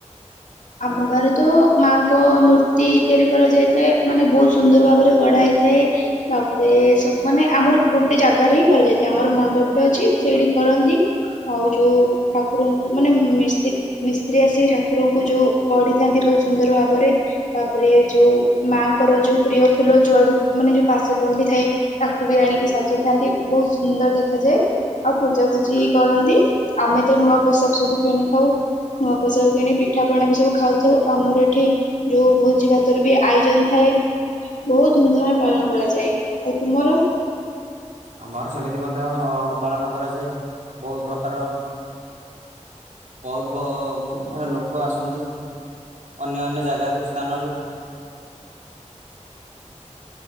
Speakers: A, on the left; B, on the right.
A: ଆମ ଗାଁ ରେ ତ ମାଙ୍କ ମୂର୍ତ୍ତି ତିଆରି କରାଯାଇଥାଏ ମାନେ ବହୁତ ସୁନ୍ଦର ଭାବରେ ଗଢା ହେଇଥାଏ ତାପରେ ସବୁ ମାନେ ଆମର ଗୋଟେ ଜାଗାରେ ହିଁ କରାଯାଇଥାଏ ଆମର ମଣ୍ଡପ ଟେ ଅଛି ସେଇଠି କରନ୍ତି ଆଉ ଯୋଉ ଠାକୁରଙ୍କୁ ମାନେ ମିସ୍ତ୍ରୀ ମିସ୍ତ୍ରୀ ଆସିକି ଠାକୁରଙ୍କୁ। ଯଉ ଗଢ଼ିଥାନ୍ତି ବହୁତ ସୁନ୍ଦର ଭାବରେ ତାପ ରେ ଯୋଉ ମାଆଙ୍କର ଯୋଉ ପ୍ରିୟ ଫୁଲ ଯୁଆଡୁ ମାନେ ଯୋଉ କାଶତଣ୍ଟି ଥାଏ ତାକୁ ବି ଆଣିକି ସଜେଇଥାନ୍ତି ବହୁତ ସୁନ୍ଦର ଦେଖାଯାଏ ଆଉ ପୂଜାପୂଜି କରନ୍ତି ଆମେ ତ ନୂଆ ପୋଷାକ ସବୁ କିଣିଥାଉ ନୂଆ ପୋଷାକ କିଣିି ପି ପିଠା ପଣା ବି ସବୁ ଖାଉଥାଉ ଆମର ଏଠି ଯୋଉ ଭୋଜି ଭାତର ବି ଆୟୋଜନ ଥାଏ ବହୁତ ଧୁମ ଧାମରେ ପାଳନ କରାଯାଏ ଆଉ ତୁମର।
B: ଆମର ସେମିତି ମଧ୍ୟ ପାଳନ କରାଯାଏ ବହୁତ ପ୍ରକାର ବହୁତ ବହୁତ ମାନେ ଲୋକ ଆସନ୍ତି ଅନ୍ୟ ଅନ୍ୟ ଜାଗାରୁ ସ୍ଥାନରୁ।